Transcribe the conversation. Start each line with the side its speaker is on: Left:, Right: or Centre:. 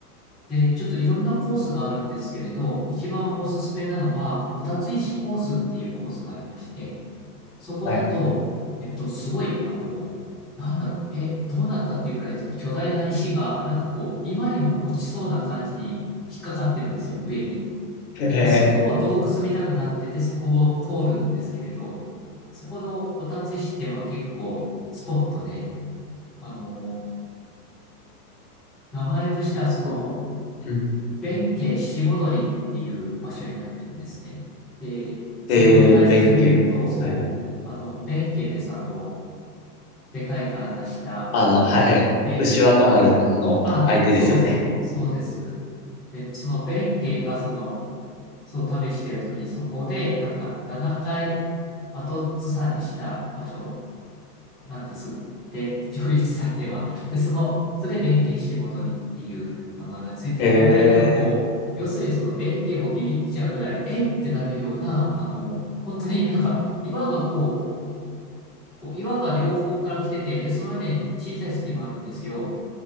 Centre: で、ちょっといろんなコースがあるんですけれど、一番おすすめなのは、お立ち石コースっていうコースがありまして、そこだと、
Left: はい。
Centre: えっと、すごい、あの、なんだろう、え、どうなったっていうぐらい、その巨大な石が、なんかこう、今にも落ちそうな感じに引っかかってるんですよ、上に。
Left: <laughs> ええ。
Centre: で、そこを洞窟見たくなってて、そこを通るんですけれど、そこのお立ち石っていうのは結構スポットで、あの、名前としてはその、
Left: そううん。
Centre: 弁慶七戻りっていう場所になってるんですね。で、そこの解説見ると、
Left: えー、弁慶。
Centre: そう、
Left: はい
Centre: あの、弁慶です。あの、でかい体した、
Left: あの、
Centre: あの、
Left: はいはい。
Centre: ええ、
Left: 牛若丸の相手ですよね。
Centre: あ、そうそう、そうです。で、その弁慶がその、そう旅してる時にそこで、なんか7回後ずさりした場所なんですって、一応言い伝えては。で、その、それで弁慶し戻りっていう名前がついてるぐらい、
Left: へえ。
Centre: だからこう、要するにその弁慶もビビっちゃうぐらい、えってなるような、あの、本当になんか岩がこう、こう岩が両方から来てて、で、その間に小さい隙間あるんですよ。